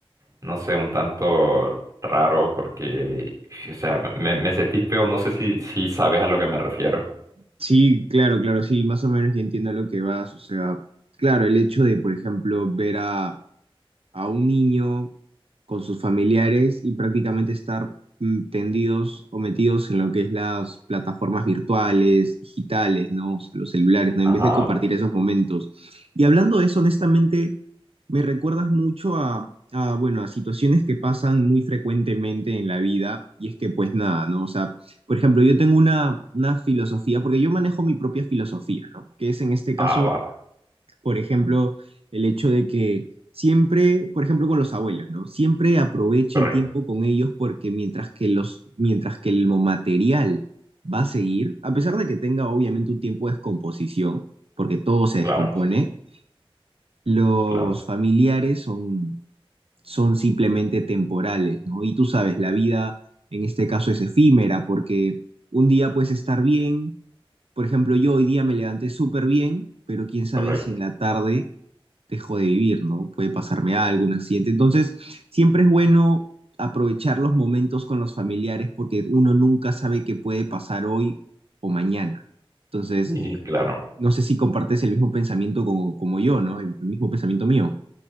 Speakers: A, on the right; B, on the right.
A: no sé, un tanto raro, porque, o sea, me, me sentí feo, no sé si, si sabes a lo que me refiero.
B: Sí, claro, claro, sí, más o menos ya entiendo a lo que vas. O sea, claro, el hecho de, por ejemplo, ver a, a un niño con sus familiares y prácticamente estar mm, tendidos o metidos en lo que es las plataformas virtuales, digitales, ¿no? O sea, los celulares, ¿no?
A: Ajá,
B: En vez de compartir esos momentos. Y hablando de eso, honestamente, me recuerdas mucho a, a, bueno, a situaciones que pasan muy frecuentemente en la vida y es que pues nada, ¿no? O sea, por ejemplo, yo tengo una, una filosofía, porque yo manejo mi propia filosofía, ¿no? Que es en este caso
A: ah, va,
B: por ejemplo, el hecho de que siempre, por ejemplo, con los abuelos, ¿no? Siempre aprovecha
A: correcto,
B: el tiempo con ellos porque mientras que los, mientras que el material va a seguir, a pesar de que tenga obviamente un tiempo de descomposición, porque todo se
A: claro,
B: descompone, los
A: claro,
B: familiares son, son simplemente temporales, ¿no? Y tú sabes, la vida en este caso es efímera porque un día puedes estar bien, por ejemplo, yo hoy día me levanté súper bien, pero quién sabe
A: correcto,
B: si en la tarde dejo de vivir, ¿no? Puede pasarme algo, un accidente. Entonces, siempre es bueno aprovechar los momentos con los familiares porque uno nunca sabe qué puede pasar hoy o mañana. Entonces,
A: y claro.
B: no sé si compartes el mismo pensamiento como, como yo, ¿no? El mismo pensamiento mío.